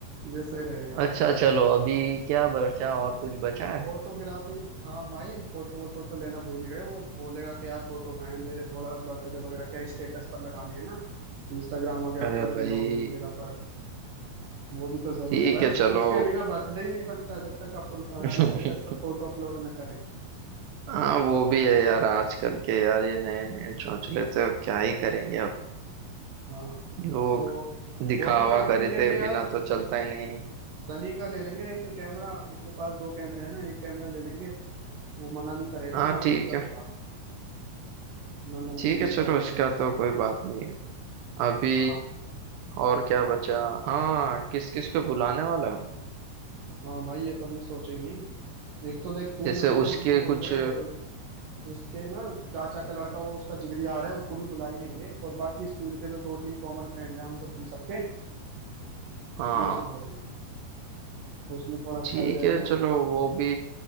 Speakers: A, on the right (about 60°); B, on the right (about 75°).
A: ये सही रहेगा
B: अच्छा चलो अभी क्या बचा और कुछ बचा है
A: फोटोग्राफी हाँ माई फोटो वोटो तो लेना भूल ही गए वो बोलेगा कि यार फोटो कहाँ है मेरे थोड़ा बर्थडे वगैरह क्या स्टेटस पर लगाने हैं ना इंस्टाग्राम वगैरह
B: अरे
A: पर भी
B: भाई
A: लॉगिन वगैरह पर वो भी तो जरूरी
B: ठीक
A: है भाई
B: है
A: उस-
B: चलो
A: उसके बिना बर्थडे ही नहीं बनता जब तक आप
B: <laughs>
A: स्टेटस पर फोटो अपलोड ना करें
B: हाँ वो भी है यार आजकल के यार ये नए नए चौंचले तो क्या ही करेंगे अब
A: हाँ
B: लोग
A: तो
B: दिखावा
A: फोटोग्राफिंग
B: करे
A: के
B: थे
A: लिए यार
B: बिना तो चलता ही नहीं है
A: सनी का ले लेंगे एक कैमरा उसके पास दो कैमरे हैं ना एक कैमरा ले लेंगे वो मना नहीं करेगा
B: हाँ
A: मैं बात
B: ठीक
A: कर
B: है
A: लूंगा मैं मन,
B: ठीक है चलो
A: बात
B: उसका
A: करूंगा उससे।
B: तो कोई बात नहीं है अभी
A: हाँ
B: और क्या बचा हाँ किस किस को बुलाने वाला है
A: हाँ भाई ये तो हमने सोचा ही नहीं एक तो देख तू
B: जैसे
A: मैं तो
B: उसके
A: हम तो हो ही
B: कुछ
A: गए और उसके ना चाचा का लड़का वो उसका जिगरी आ रहा है उसको भी बुला ही लेंगे और बाकी स्कूल के जो दो तीन कॉमन फ्रेंड हैं हम तो हम सबके
B: हाँ
A: वो सब हो रहे हैं उसमें थोड़ा अच्छा
B: ठीक
A: भी रहेगा
B: है चलो वो भी